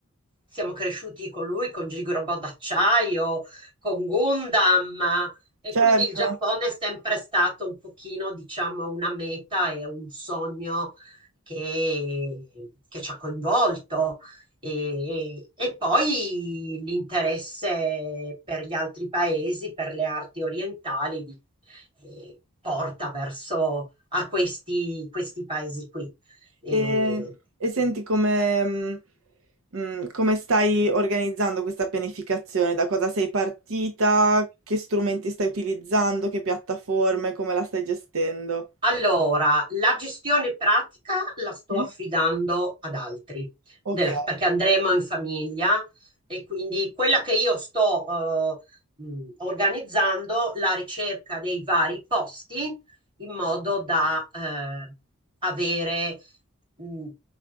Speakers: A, on the right; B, on the right.
A: siamo cresciuti con lui, con Gigobò d'acciaio, con Gundam. E
B: certo.
A: quindi il Giappone è sempre stato un pochino, diciamo, una meta e un sogno che, che ci ha coinvolto. E, e poi l'interesse per gli altri paesi, per le arti orientali, di- eh, porta verso a questi, questi paesi qui. E
B: E, e senti come, mh, mh, come stai organizzando questa pianificazione? Da cosa sei partita? Che strumenti stai utilizzando? Che piattaforme? Come la stai gestendo?
A: Allora, la gestione pratica la sto
B: Mm?
A: affidando ad altri,
B: Ok,
A: della- perché andremo in famiglia e quindi quella che io sto eh, mh, organizzando la ricerca dei vari posti in modo da eh, avere mh,